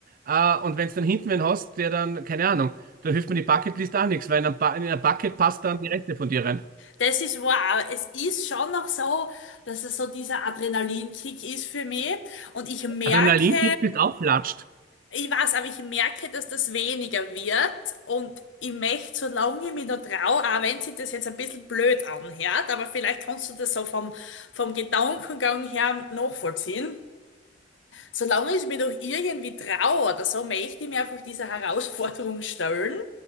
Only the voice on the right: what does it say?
Äh, und wenn es dann hinten wen hast, der dann, keine Ahnung, da hilft mir die Bucketlist auch nichts, weil in ein, ba in ein Bucket passt dann die Reste von dir rein.
Adrenalinkick bist auflatscht.